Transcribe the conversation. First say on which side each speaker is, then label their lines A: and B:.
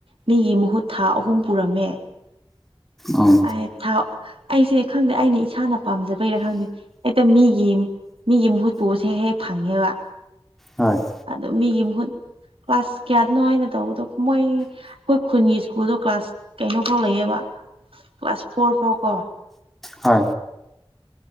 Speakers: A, on the right (about 70°); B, in the centre.
A: ꯃꯤꯒꯤ ꯃꯍꯨꯠ ꯊꯥ ꯑꯍꯨꯝ ꯄꯨꯔꯝꯃꯦ
B: ꯑꯣ
A: ꯑꯩ ꯊꯥꯎ ꯑꯩꯁꯦ ꯈꯪꯗꯦ ꯑꯩꯅ ꯏꯁꯥꯅ ꯄꯥꯝꯖꯕꯩꯔꯥ ꯈꯪꯗꯦ ꯃꯤꯒꯤ ꯃꯤꯒꯤ ꯃꯍꯨꯠꯄꯕꯁꯦ ꯍꯦꯛ ꯐꯪꯉꯦꯕ
B: ꯍꯣꯏ
A: ꯑꯗꯣ ꯃꯤꯒꯤ ꯃꯍꯍꯨꯠ ꯀ꯭ꯂꯥꯁ ꯀꯌꯥꯗꯅꯣ ꯑꯩꯅ ꯇꯧꯕꯗꯣ ꯃꯣꯏ ꯑꯩꯈꯣꯏ ꯈꯨꯟꯒꯤ ꯁ꯭ꯀꯨꯜꯗꯣ ꯀ꯭ꯂꯥꯁ ꯀꯩꯅꯣ ꯐꯥꯎ ꯂꯩꯌꯦꯕ ꯀ꯭ꯂꯥꯁ ꯐꯣꯔ ꯐꯥꯎ ꯀꯣ
B: ꯍ